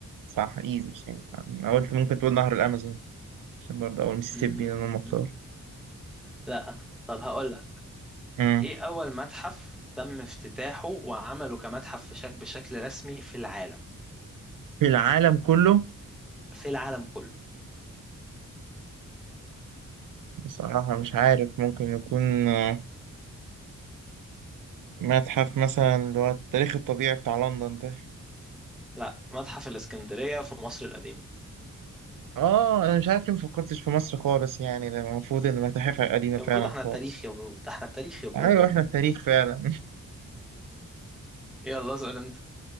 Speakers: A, on the right; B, in the centre.
A: صح ايزي بصراحة أنا قلت ممكن تقول نهر الأمازون عشان برضه أول ميسيسيبي
B: الفل
A: أنا المختار
B: لا طب هقول لك
A: مم.
B: ايه اول متحف تم افتتاحه وعمله كمتحف في شك... بشكل رسمي في العالم
A: في العالم كله
B: في العالم كله
A: بصراحة مش عارف ممكن يكون آه، متحف مثلا اللي هو التاريخ الطبيعي بتاع لندن ده
B: لا متحف الاسكندرية في مصر القديمة
A: اه انا مش عارف ليه مفكرتش في مصر خالص يعني ده المفروض ان متاحفها قديمة
B: يا برو
A: فعلا
B: ده احنا التاريخ
A: خالص
B: يا برو ده احنا التاريخ يا برو
A: ايوه احنا التاريخ فعلا
B: يلا اسأل انت